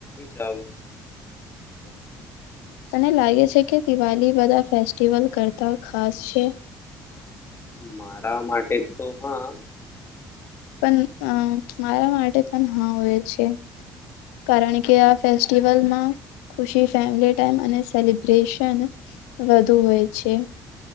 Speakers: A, on the left; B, on the left.
A: જાઓ
B: તને લાગે છે કે દિવાળી બધા ફેસ્ટિવલ કરતા ખાસ છે?
A: મારા માટે તો હા
B: પણ અમ મારા માટે પણ હા હોય છે કારણ કે આ ફેસ્ટિવલમાં ખુશી, ફેમિલી ટાઈમ અને સેલિબ્રેશન વધુ હોય છે